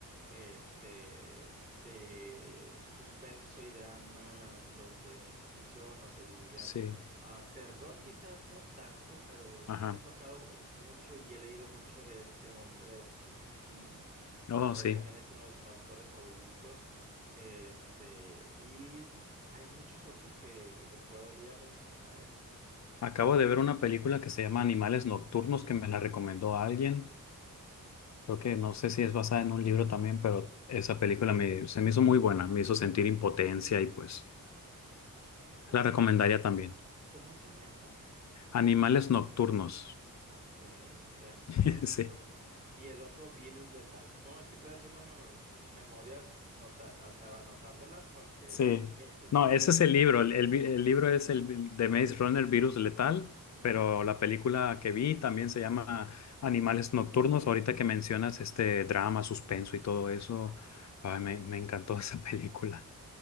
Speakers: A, on the right (about 25°); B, on the left (about 55°).
A: este, de suspenso y drama, los de ciencia ficción, no se digan.
B: sí,
A: Ah, terror quizás no tanto, pero sí
B: ajá.
A: me ha tocado mucho y he leído mucho de este hombre, Stephen King.
B: Oh,
A: Él
B: sí.
A: también es uno de mis autores favoritos. Este, y hay muchos otros que, que te podría mencionar, ¿eh?
B: Acabo de ver una película que se llama Animales Nocturnos que me la recomendó alguien. Creo que no sé si es basada en un libro también, pero esa película me, se me hizo muy buena, me hizo sentir impotencia y pues
A: ¿Cómo
B: la
A: dijiste?
B: recomendaría también.
A: ¿Cómo se llama?
B: Animales nocturnos.
A: Ok, perfecto.
B: <laughs> Sí,
A: y el otro virus letal. No, es que estoy haciendo mem- memorias, nota, o sea, anotándolas porque
B: sí.
A: sí me, sí me,
B: No, ese es el libro. El, el vi- el libro es el vi- de Maze Runner Virus Letal,
A: ujú,
B: pero la película que vi también se llama Animales
A: tienes
B: nocturnos.
A: nocturnos.
B: Ahorita que mencionas este drama, suspenso y todo eso, ay, me, me encantó <laughs> esa película.